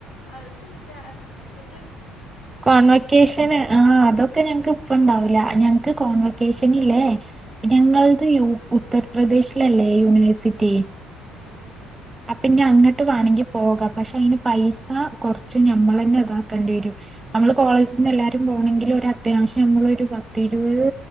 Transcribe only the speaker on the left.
അതൊന്ന് ഗ്രാഹ് മറ്റ്
ആ
ആഹ്
ഔ